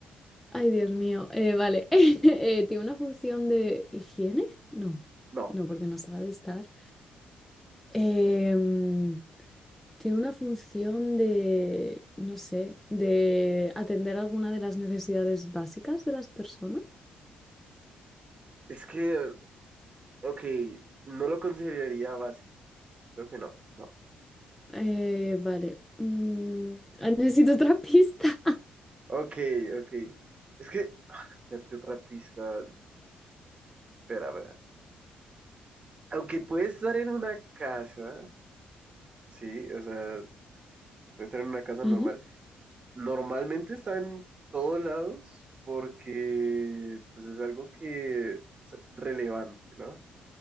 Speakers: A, in the centre; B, on the right.
A: Ay, Dios mío. Eh, vale, <laughs> Eh, ¿tiene una función de higiene? No,
B: No,
A: no, porque no sabe de estar. Em, Tiene una función de, no sé, de atender alguna de las necesidades básicas de las personas.
B: es que, ok, no lo consideraría básico. Creo que no, no.
A: Eh, vale. Mm, <laughs> ah, necesito otra pista. <laughs>
B: Ok, ok. Es que, <sighs> darte otra pista. Espera, espera. Aunque puedes estar en una casa, sí, o sea, puedes estar en una casa
A: Ujú.
B: normal. Normalmente está en todos lados porque pues es algo que es relevante, ¿no?